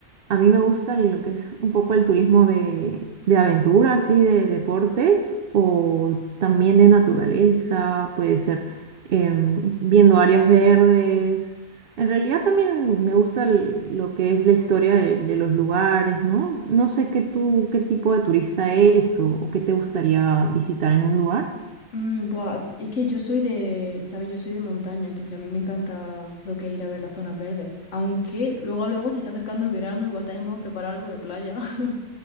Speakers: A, on the right (about 70°); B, on the left (about 55°).
A: A mí me gusta lo que es un poco el turismo de, de aventura, así de deportes o también de naturaleza, puede ser em, viendo áreas verdes. En realidad también me gusta el- lo que es la historia de, de los lugares, ¿no? No sé qué tú, qué tipo de turista eres o, o qué te gustaría visitar en un lugar.
B: Mm, buah, es que yo soy de, ¿sabes? Yo soy de montaña, entonces a mí me encanta lo que es ir a ver las zonas verdes. Aunque luego a luego se está acercando el verano, igual también podemos preparar algo de playa. <laughs>